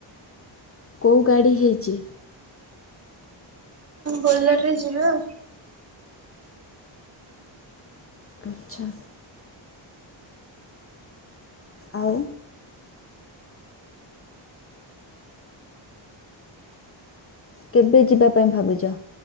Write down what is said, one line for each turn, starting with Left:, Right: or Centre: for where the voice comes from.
Left: କୋଉ ଗାଡ଼ି ହେଇଚି?
Right: ବୋଲର୍ ରେ ଯିବେ ଆଉ।
Left: ଆଚ୍ଛା। ଆଉ? କେବେ ଯିବାପାଇଁ ଭାବିଚ